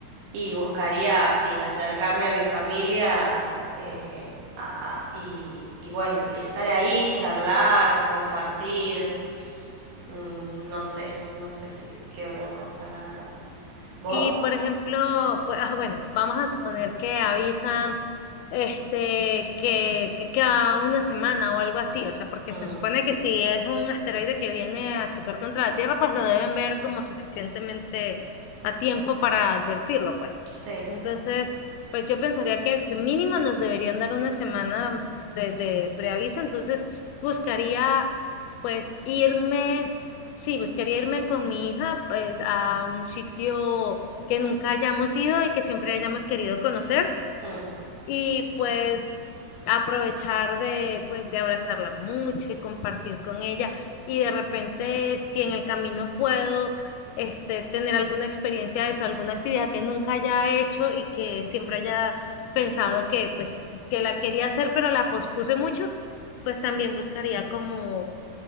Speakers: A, on the right; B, on the left.
A: y buscaría así acercarme a mi familia eh, a- a- y, y bueno, y estar ahí, charlar, compartir, mm, no sé, no sé si qué otra cosa, la verdad. ¿Vos?
B: Y, por ejemplo, pues, ah, bueno, vamos a suponer que avisan este, que, que cada una semana o algo así, o sea, porque
A: Mm,
B: se supone que si es un asteroide que viene a chocar contra la Tierra, pues lo deben ver como suficientemente a tiempo para advertirlo, pues.
A: sí.
B: Entonces, pues yo pensaría que, que mínimo nos deberían dar una semana de, de preaviso, entonces buscaría pues irme, sí, buscaría irme con mi hija pues a un sitio que nunca hayamos ido y que siempre hayamos querido conocer
A: mm.
B: y pues aprovechar de, pues, de abrazarla mucho y compartir con ella. Y de repente, si en el camino puedo, este, tener alguna experiencia de eso, alguna actividad que nunca haya hecho y que siempre haya pensado que, pues, que la quería hacer, pero la pospuse mucho, pues también buscaría como,